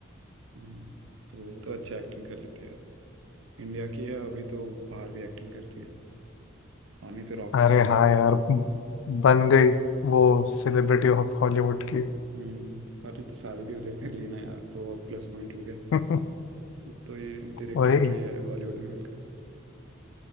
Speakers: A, on the right (about 85°); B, on the left (about 75°).
A: हम्म, तो वो तो अच्छा एक्टिंग कर लेती है इंडिया की है अभी तो बाहर भी एक्टिंग करती है और नहीं तो रॉक
B: अरे
A: के साथ
B: हाँ यार बन गई वो सेलिब्रिटी ऑफ हॉलीवुड की
A: हम्म और नहीं तो शादी भी उधर कर लेना यार तो प्लस पॉइंट हो गया
B: <laughs>
A: अब तो ये डायरेक्ट
B: वही
A: एंट्री है हॉलीवुड में उनका